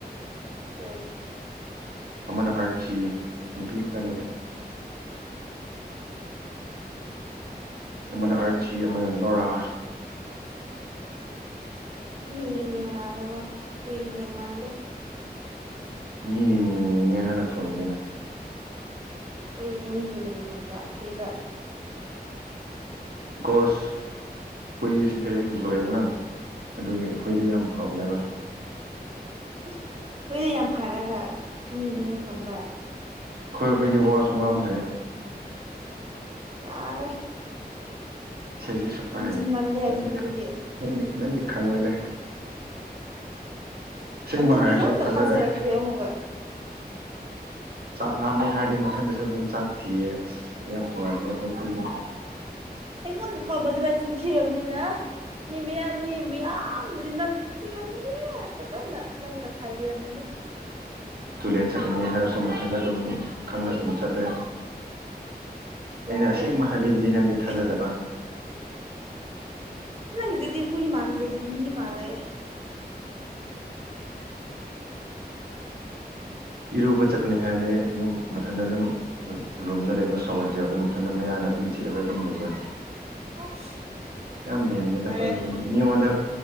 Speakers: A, on the right; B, on the right.
A: ꯎ
B: ꯑꯃꯅ ꯑꯥꯔꯠꯆꯤ ꯅꯨꯄꯤ ꯈꯛꯇꯅꯦꯗ ꯑꯃꯅ ꯑꯥꯔꯊꯤ ꯑꯃꯅ ꯂꯣꯔꯥ
A: ꯃꯤꯒꯤ ꯃꯤꯡ ꯃꯥꯜꯂꯦꯀꯣ ꯍꯨꯏ ꯒꯤ ꯃꯤꯡ ꯃꯥꯟꯗꯦ
B: ꯃꯤꯒꯤ ꯃꯤꯡꯅꯦ ꯍꯥꯟꯅ ꯊꯣꯟꯕꯅꯤꯅꯦ
A: ꯀꯔꯤꯒꯤ ꯃꯤꯒꯤ ꯃꯤꯡ ꯊꯣꯟꯕ ꯍꯨꯏꯗ
B: ꯕꯤꯀꯣꯁ ꯍꯨꯏꯁꯨ ꯚꯦꯔꯤ ꯒꯨꯗ ꯂꯣꯏꯌꯦꯕ ꯅꯪ ꯑꯗꯨꯒꯤ ꯍꯨꯏꯗꯤ ꯌꯥꯝ ꯐꯕꯅꯦꯕ
A: ꯑꯁ ꯍꯨꯏꯗ ꯌꯥꯝ ꯐꯔꯒ ꯃꯤꯒꯤ ꯃꯤꯡꯊꯣꯟꯕ
B: ꯈꯣꯏ ꯍꯨꯏ ꯗꯤ ꯋꯁꯨ ꯉꯥꯡꯕ ꯍꯩꯌꯦ
A: ꯌꯥꯔꯦ
B: ꯏꯁꯩꯁꯨꯨ ꯁꯛꯄ
A: ꯍꯦꯟꯖꯤꯟꯃꯜꯂꯦ
B: ꯍꯥꯏ ꯅꯪ
A: ꯑꯗꯨꯒꯤꯗꯨꯗꯤ
B: ꯅꯪꯗꯤ ꯅꯪꯗꯤ ꯈꯪꯉꯣꯏꯅꯦ ꯑꯁꯦꯡꯕ
A: ꯑꯗꯨꯒꯤ
B: ꯍꯥꯏꯔꯁꯨꯦ
A: ꯍꯦꯟꯅ
B: ꯊꯥꯖꯔꯦ
A: ꯊꯥꯖꯔꯛꯇ꯭ꯔꯦ ꯑꯃꯨꯛꯀ
B: ꯆꯥꯛ ꯂꯥꯝꯃꯦ ꯍꯥꯏꯔꯗꯤ ꯃꯊꯟꯗꯁꯨ ꯑꯗꯨꯝ ꯆꯥꯛ ꯊꯤꯌꯦ ꯑꯁ ꯌꯥꯝ ꯇꯣꯡꯉꯥꯟꯂꯦ ꯑꯩꯈꯣꯏ ꯍꯨꯏꯗꯤ
A: ꯑꯩꯉꯣꯟꯗ ꯐꯥꯎꯕ ꯑꯗꯨꯃꯥꯏꯅ ꯆꯤꯟꯊꯤꯔꯕꯅꯤꯅ ꯃꯤ ꯃꯌꯥꯝ ꯃꯤ ꯃꯌꯥꯝꯗꯗꯤ ꯅꯪ ꯄꯨꯤꯟꯁꯤꯔꯝꯒꯅꯤ ꯐꯖꯅ ꯅꯪꯅ ꯈꯥꯏꯕꯤꯔꯝꯒꯅꯤ
B: ꯇꯨꯂꯦꯠ ꯆꯠꯀꯅꯤ ꯍꯥꯏꯔꯁꯨ ꯃꯊꯟꯗ ꯑꯗꯨꯝ ꯈꯪꯅ ꯑꯗꯨꯝ ꯆꯠꯂꯦ ꯑꯩꯅ
A: ꯌꯥꯔꯦ
B: ꯑꯁꯦꯡꯕ ꯍꯥꯏꯕꯤꯕꯗꯤ
A: ꯅꯪꯒꯤꯗꯨꯗꯤ
B: ꯅꯪꯗꯤ ꯊꯥꯖꯗꯕ
A: ꯅꯪꯒꯤꯗꯨꯗꯤ ꯍꯨꯏ ꯃꯥꯥꯟꯗꯨꯗꯤ ꯃꯤ ꯃꯥꯜꯂ‌ꯦ
B: ꯏꯔꯨꯕ ꯆꯠꯀꯅꯤ ꯍꯥꯏꯔꯗꯤ ꯑꯗꯨꯝ ꯃꯊꯟꯇ ꯑꯗꯨꯝ ꯔꯨꯝꯗ ꯂꯩꯕ ꯁꯧꯔꯁꯦꯜ ꯑꯗꯨꯝ ꯃꯊꯟꯇ ꯃꯌꯥ ꯑꯗꯨꯝ ꯆꯤꯛꯑꯒ ꯑꯗꯨꯝ ꯂꯨꯔꯦ
A: ꯑꯁ
B: ꯌꯥꯝ ꯂꯦꯝ ꯕꯅꯤꯗꯥ
A: ꯌꯥꯔꯦ
B: ꯈꯣꯏ ꯍꯨꯏ ꯗꯤ ꯃꯤꯉꯣꯟꯗ